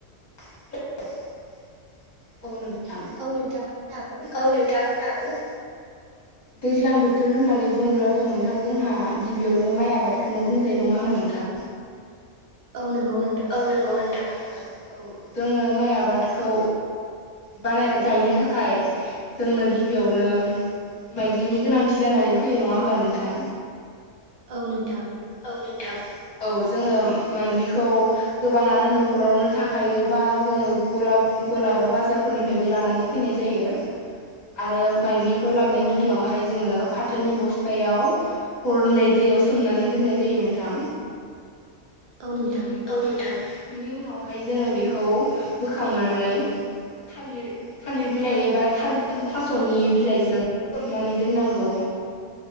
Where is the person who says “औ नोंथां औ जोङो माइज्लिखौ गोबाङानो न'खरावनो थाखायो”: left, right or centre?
Left